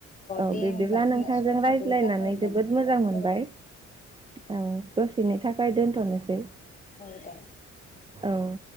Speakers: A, on the right; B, on the left.
A: औ
B: दे
A: बिब्दिब्ला
B: होमबा जोंना
A: नोंथांजों
B: समाबो
A: रायज्लायनानै
B: जाबायमोन
A: जोबोद मोजां मोनबाय
B: औ
A: औ दसेनि थाखाय दोनथ'नोसै
B: औ दे
A: औ